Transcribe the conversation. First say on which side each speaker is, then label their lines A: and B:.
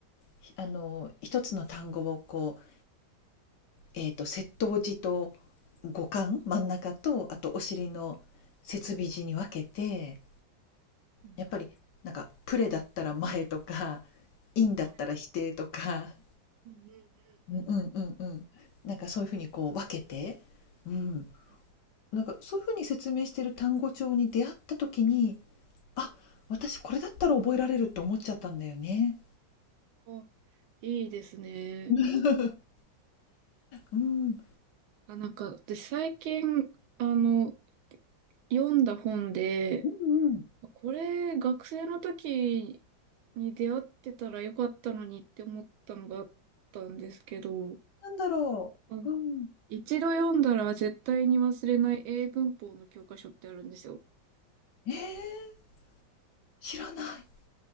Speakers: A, on the left (about 65°); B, on the right (about 80°).
A: ひあの、一つの単語をこう、えっと、接頭字と語幹、真ん中と、あとお尻の接尾字に分けて
B: うんうんうん、
A: やっぱりなんかプレだったら前とか、<laughs> インだったら否定とか、
B: はい。うんうんうん
A: うんうんうんうん。なんかそういうふうにこう分けて、うん。
B: うん。
A: なんかそういうふうに説明してる単語帳に出会った時に、あ、私これだったら覚えられるって思っちゃったんだよね。
B: お、いいですね。
A: <laughs> うん。うん
B: あ、なんか私最近、あの、読んだ本で、
A: うん。
B: これ、学生の時に出会ってたらよかったのにって思ったのがあったんですけど、
A: なんだろう。
B: あ
A: うん。
B: 一度読んだら絶対に忘れない英文法の教科書ってあるんですよ。
A: えー知らない。